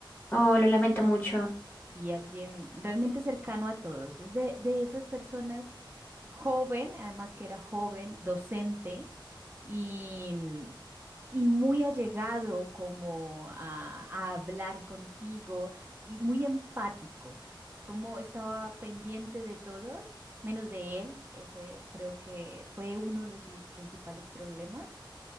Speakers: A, on the left; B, on the right.
A: Oh, lo lamento mucho.
B: y alguien realmente cercano a todos. Es de, de esas personas joven, además que era joven, docente y, y muy allegado como a, a hablar contigo y muy empático. Es como estaba pendiente de todos. menos de él, ese creo que fue uno de sus principales problemas